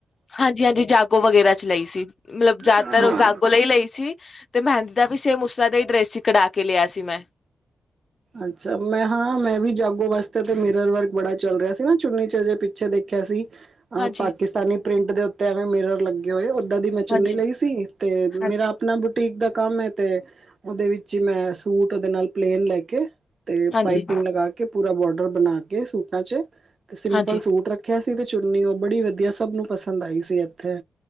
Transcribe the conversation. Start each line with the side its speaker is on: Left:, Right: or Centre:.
Left: ਹਾਂਜੀ ਹਾਂਜੀ ਜਾਗੋ ਵਗੈਰਾ ਚ ਲਈ ਸੀ ਮਤਲਬ ਜ਼ਿਆਦਾਤਰ
Right: ਹਾਂ
Left: ਉਹ ਜਾਗੋ ਲਈ ਲਈ ਸੀ ਤੇ ਮਹਿੰਦੀ ਦਾ ਵੀ ਮੁਸਲਾ ਦਾ ਹੀ ਡਰੈਸ ਸੀ ਕਢਾ ਕੇ ਲਿਆ ਸੀ ਮੈਂ।
Right: ਅੱਛਾ ਮੈਂ ਹਾਂ ਮੈਂ ਵੀ ਜਾਗੋ ਵਾਸਤੇ ਤੇ ਮੇਰਰ ਵਰਕ ਬੜਾ ਚੱਲ ਰਿਹਾ ਸੀ ਨਾ ਚੁੰਨੀ ਚਜੇ ਪਿੱਛੇ ਦੇਖਿਆ ਸੀ। ਅਹ
Left: ਹਾਂਜੀ
Right: ਪਾਕਿਸਤਾਨੀ ਪ੍ਰਿੰਟ ਦੇ ਉੱਤੇ ਐਵੇਂ ਮੇਰਰ ਲੱਗੇ ਹੋਏ। ਦੀ ਮੈਂ ਚੁੰਨੀ
Left: ਹਾਂਜੀ
Right: ਲਈ ਸੀ ਤੇ ਮੇਰਾ
Left: ਹਾਂਜੀ
Right: ਆਪਣਾ ਬੁਟੀਕ ਦਾ ਕੰਮ ਤੇ ਉਹਦੇ ਵਿੱਚ ਹੀ ਮੈਂ ਸੂਟ ਉਹਦੇ ਨਾਲ ਪਲੇਨ ਲੈ ਕੇ ਤੇ
Left: ਹਾਂਜੀ
Right: ਪਾਈਪਿੰਗ ਲਗਾ ਕੇ ਪੂਰਾ ਬਾਰਡਰ ਬਣਾ ਕੇ ਸੂਟਾਂ ਚ ਤੇ ਸਿੰਪਲ
Left: ਹਾਂਜੀ
Right: ਸੂਟ ਰੱਖਿਆ। ਤੇ ਚੁਣਨੀ ਉਹ ਬੜੀ ਵਧੀਆ ਸਭ ਨੂੰ ਪਸੰਦ ਆਈ ਸੀ ਇੱਥੇ